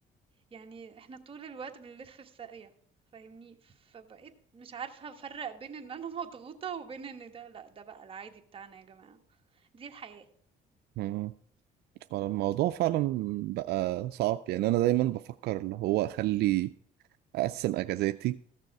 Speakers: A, on the right; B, on the right.
A: يعني احنا طول الوقت بنلف في ساقيه فاهمني فبقيت مش عارفه افرق بين ان انا <laughs> مضغوطه وبين ان ده لا ده بقى العادي بتاعنا يا جماعه دي الحياه
B: مم. فالموضوع فعلا بقى صعب يعني أنا دايما بفكر اللي هو أخلي أقسم أجازاتي